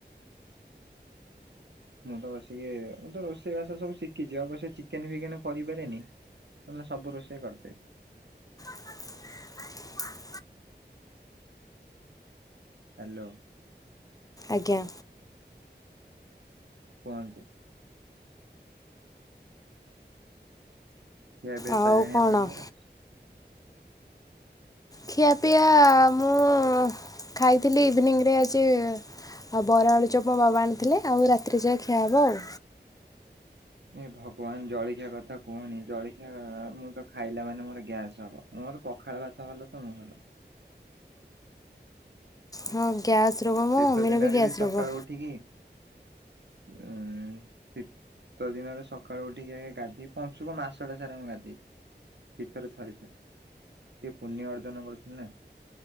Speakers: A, on the right; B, on the left.
A: ମୁଁ ତ ବସିକି ଏ ମୁଁ ତ ରୋଷେଇ ବାଷା ସବୁ ଶିଖିଛି ଅବଶ୍ୟ ଚିକେନ ଫିକେନ କରି ପାରେନି। କଣନା ସବୁ ରୋଷେଇ କରିଦେ
B: ଆ
A: ହ୍ୟାଲୋ।
B: ଆଜ୍ଞା।
A: କୁହନ୍ତୁ। କିିଆପିଆ
B: ଆଉ
A: ସଇଲାଣି
B: କଣ?
A: ଆପଣଙ୍କର?
B: ଖିଆପିଆ ମୁଁ ଖାଇଥିଲି ଇଭିନିଂରେ ଆଜି ଆଉ ବରା ଆଳୁଚପ ବାବା ଆଣିଥିଲେ ଆଉ ରାତିରେ ଯା ଖିଆ ହବ ଆଉ।
A: ଏ ଭଗବାନ ଜଳଖିଆ କଥା କୁହନି ଜଳଖିଆ ମୁଁ ତ ଖାଇଲା ମାନେ ମୋର ଗ୍ୟାସ୍ ହବ। ମୋର ପଖାଳ ଭାତ ଭଲ ତ ମୁଁ ଭଲ।
B: ହଁ। ଗ୍ୟାସ୍ ରୋଗ ମୋ
A: ଶୀତ
B: ମମିର
A: ଦିନରେ
B: ଗ୍ୟାସ୍
A: ବି ସକାଳୁ
B: ରୋଗ
A: ଉଠିକି ଉଁ ଶୀତ ଦିନରେ ସକାଳୁ ଉଠିକି ଗାଧେଇ ପଞ୍ଚୁକ ମାସଟା ସାରା ମୁଁ ଗାଧେଇଛି। ଶୀତରେ ଥରିଥିଲେ ସେ ପୁଣ୍ୟ ଅର୍ଜନ କରିଥିଲେ ନା।